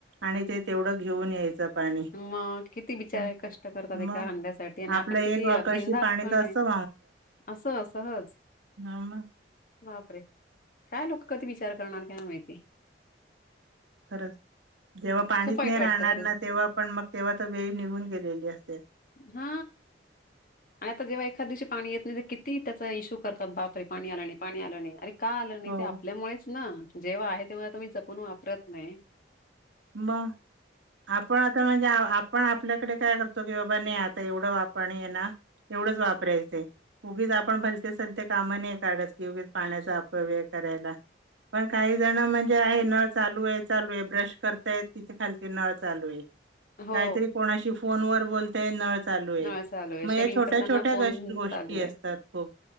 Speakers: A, on the right; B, on the left.
A: आणि ते तेवढं घेऊन यायचं पाणी
B: मग किती बिचार
A: हं,
B: कष्ट करतात एका
A: मग
B: हांड्यासाठी आणि
A: आपलं
B: आपण
A: एक
B: किती
A: कळशी
B: बिंधास्पण
A: पाणी तर असं
B: आहे असं सहज
A: आम
B: बापरे काय लोक कधी विचार करणार का माहिती
A: खरच जेव्हा पाणीच
B: खूप वाईट
A: नाही
B: वाटतं
A: राहणार
B: खरंच
A: ना
B: ते.
A: तेव्हा पण मग तेव्हा तर वेळ निघून गेलेली असते
B: हा आणि आता जेव्हा एखाद दिवशी पाणी येत नाही तर किती त्याचा इश्यू करतात बापरे पाणी आला नाही पाणी आलं नाही अरे का आलं नाही
A: हो.
B: ते आपल्यामुळेच ना जेव्हा आहे तेव्हा मी जपून वापरत नाही
A: म आपण आता म्हणजे आपण आपल्याकडे काय करतो की बाबा नाही आता एवढं आपण ये ना तेवढंच वापरायचंय उगीच आपण भलते सलते काम नाही काढतच की उगीच पाण्याचा अपव्यय करायच पण काही जण म्हणजे आहे न चालू आहे चालू आहे ब्रश य तिाली नळ चालू आहे
B: हो
A: काहीतरी कोणा फोन व बय न चालू आहे
B: नळ चालू आहे
A: मग
B: शेविंग
A: या छोट्या
B: करताना
A: छोट्या
B: फोन
A: ग गोष्टी
B: चालू आहे
A: असतात खूप